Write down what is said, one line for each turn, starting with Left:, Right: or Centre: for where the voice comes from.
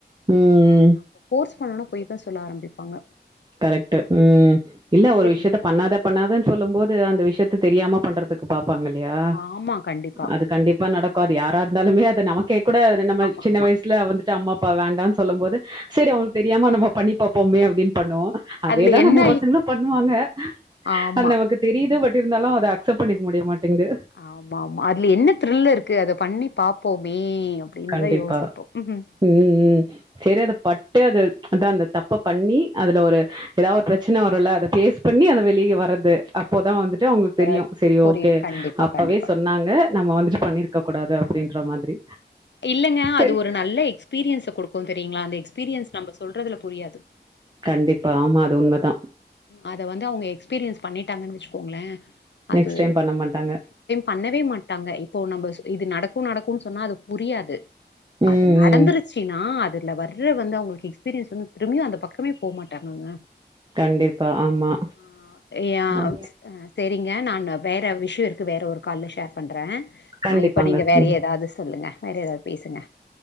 Right: ம்
Left: நம்ம ஃபோர்ஸ் பண்ணோனா பொய் தா சொல்ல ஆரம்பிப்பாங்க
Right: கரெக்ட்டு ம்
Left: ஃபோர்ஸே
Right: இல்ல ஒரு விஷயத்த
Left: பண்ணக்கூடாது
Right: பண்ணாத பண்ணாதன்னு சொல்லும் போது அந்த விஷயத்த தெரியாம பண்றதுக்கு பாப்பாங்க இல்லையா
Left: ஆமா கண்டிப்பா
Right: அது கண்டிப்பா நடக்கு அது யாரா இருந்தாலுமே அது நமக்கே கூட நம்ம
Left: ஆமா
Right: சின்ன
Left: ஆமா
Right: வயசுல வந்துட்டு அம்மா அப்பா வேண்டான் சொல்லும் போது சரி அவுங்களுக்கு தெரியாமா நம்ம பண்ணி பாப்போமே அப்டின் பண்ணுவோ அதேதா
Left: அதுல என்ன
Right: நம்ம பசங்களு பண்ணுவாங்க
Left: ஆமா
Right: அது நமக்கு தெரியுது பட் இருந்தாலு அத அக்செப்ட் முடியமாட்டேங்து
Left: ஆமா ஆமா அதுல என்ன த்ரில் இருக்கு அத பண்ணி பாப்போமே அப்டின்னுதா
Right: கண்டிப்பா.
Left: யோசிப் ம்ம் <unintelligible>
Right: ம் ம் செரி அத பட்டு அத அதா அந்த தப்ப பண்ணி அதுல ஒரு ஏதாவது ஒரு பிரச்சன வருல்ல அத பேஸ் பண்ணி அத வெளிய வர்றது அப்போதா வந்துட்டு அவுங்களுக்கு
Left: அப்பதா
Right: தெரியு செரி
Left: புரியு
Right: ஓகே
Left: கண்டிப்பா
Right: அப்பவே
Left: கண்டிப்பா
Right: சொன்னாங்க நம்ம வந்துட்டு பண்ணிருக்க இருக்கக்க கூடாது அப்டின்ற மாதிரி
Left: இல்லங்க
Right: சரி.
Left: அது ஒரு நல்ல எஸ்பீரியன்ஸ குடுக்கு தெரியுங்ளா அந்த எக்ஸ்பீரியன்ஸ் நம்ம சொல்றதுல புரியாது
Right: கண்டிப்பா ஆமா அது உண்மதா
Left: அத வந்து அவுங்க எக்ஸ்பீரியன்ஸ் பண்ணிட்டாங்கன் வெச்சுக்கோங்ளே அது
Right: நெக்ஸ்ட் டைம் பண்ண மாட்டாங்க
Left: பண்ணவே மாட்டாங்க இப்போ நம்ம இது நடக்கு நடக்கு சொன்னா அது புரியாது
Right: ம்
Left: அதனா நடந்துருச்சுன்னா
Right: ம்
Left: அதுல வர்ற வந்து அவுங்களுக்கு எக்ஸ்பீரியன்ஸ் வந்து திரும்பியு அந்த பக்கமே போக மாட்டாங்கங்க
Right: கண்டிப்பா ஆமா
Left: ஆ ஏய ஆ
Right: ஓகே
Left: செரிங்க நா வேற விஷயோ இருக்கு வேற ஒரு கால்ல ஷேர் பண்றே
Right: கண்டிப்பாங்க
Left: ஆ இப்ப நீங்க
Right: ம்
Left: அத சொல்லுங்க வேற ஏதாவது பேசுங்க